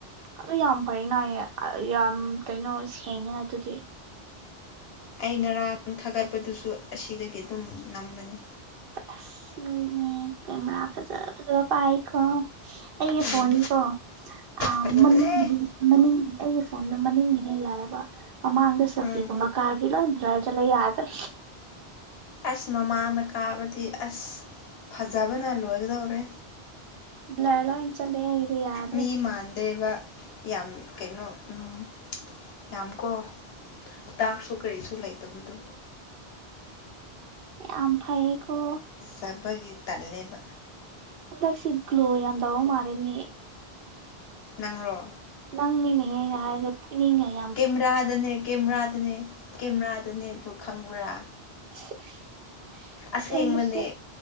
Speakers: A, on the right; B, on the left.
A: ꯑꯗꯣ ꯌꯥꯝ ꯐꯩꯅ ꯌꯥꯝ ꯀꯩꯅꯣ ꯁꯦꯡꯉꯤꯅ ꯑꯗꯨꯗꯤ
B: ꯑꯩ ꯉꯔꯥꯡ ꯊꯥꯒꯠꯄꯗꯨꯁꯨ ꯑꯁꯤꯗꯒꯤ ꯑꯗꯨꯝ ꯅꯝꯕꯅꯤ
A: ꯑꯁ ꯃꯤꯗꯤ ꯀꯦꯃꯦꯔꯥ ꯐꯖ ꯐꯖꯕ ꯄꯥꯢꯀꯣ ꯑꯩꯒꯤ
B: ꯎꯝ
A: ꯐꯣꯟꯅꯤꯀꯣ ꯑꯥ
B: ꯐꯖꯕꯅꯦ
A: ꯃꯅꯤꯡꯒꯤꯗꯤ ꯃꯅꯤꯡꯒꯤ ꯑꯧꯒꯤ ꯐꯣꯟꯗꯣ ꯃꯅꯤꯡꯒꯤꯗꯤ ꯌꯥꯢꯑꯦꯕ ꯑꯃꯥꯡꯗ ꯁꯦꯜꯐꯤꯒꯨꯝꯕ
B: ꯎꯝ
A: ꯀꯥꯞꯄꯗꯤ ꯂꯣꯢ ꯕ꯭ꯂꯔ ꯆꯠꯂꯦ ꯌꯥꯗ꯭ꯔꯦ
B: ꯑꯁ ꯃꯃꯥꯡꯗ ꯀꯥꯞꯄꯗꯤ ꯑꯁ ꯐꯖꯕꯅ ꯂꯣꯢꯒꯗꯧꯔꯦ
A: ꯕ꯭ꯂꯔ ꯂꯣꯏꯅ ꯆꯠꯂꯦ ꯌꯥꯗ꯭ꯔꯦ
B: ꯃꯤ ꯃꯥꯟꯗꯦꯕ ꯌꯥꯝ ꯀꯩꯅꯣ ꯎꯝ ꯌꯥꯝ ꯀꯣ ꯇꯥꯛꯁꯨ ꯀꯔꯤꯁꯨ ꯂꯩꯇꯕꯗꯣ
A: ꯌꯥꯝ ꯐꯩꯌꯦꯀꯣ
B: ꯆꯠꯄꯒꯤ ꯇꯜꯂꯦꯕ
A: ꯍꯟꯗꯛꯁꯦ ꯒ꯭ꯂꯣ ꯌꯥꯝ ꯇꯧꯕ ꯃꯥꯜꯂꯦꯅꯦ
B: ꯅꯪꯔꯣ
A: ꯅꯪꯅꯤꯅꯍꯦ ꯑꯩꯅ ꯍꯥꯢ <unintelligible>
B: ꯀꯦꯃꯦꯔꯥꯗꯅꯦ ꯀꯦꯃꯦꯔꯥꯗꯅꯦ ꯀꯦꯃꯦꯔꯥꯗꯅꯦ ꯑꯗꯨ ꯈꯪꯕ꯭ꯔꯥ
A: <unintelligible>
B: ꯑꯁꯦꯡꯕꯅꯦ
A: ꯑꯁꯦꯡꯕꯁꯨ